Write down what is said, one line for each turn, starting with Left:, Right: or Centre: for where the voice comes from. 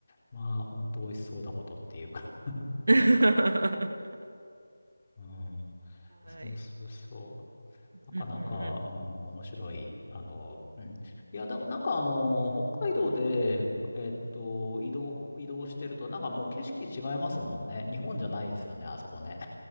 Left: まあ、ほんと美味しそうだことっていうか。
Right: <laughs>
Left: うん。そうそうそう。
Right: はい。
Left: なかなか、
Right: うんう
Left: うん、
Right: ん
Left: 面白い。あの、うん。いや、でもなんかあの、北海道で、えっと、移動、移動してると、なんかもう景色違いますもんね。日本じゃないですよね、あそこね。